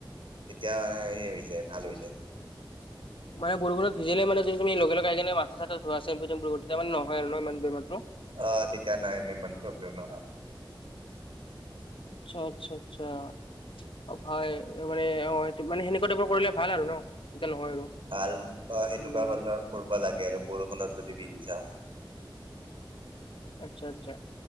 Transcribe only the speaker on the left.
<inaudible>
মানে বৰষূণত ভিজিলে মানে তুমি লগে লগে আহি কিনে মাথা চাথা ধোৱা চেম্পু টেম্পো কৰি তেতিয়া মানে নহয় আৰু ন' ইমান বেমাৰটো?
আচ্ছা, আচ্ছা, আচ্ছা। অ', ভাই মানে অ', এইটো মানে সেনেকুৱা টাইপৰ কৰিলে ভাল আৰু ন'। তেতিয়া নহয় আৰু।
উম,
আচ্ছা, আচ্ছা।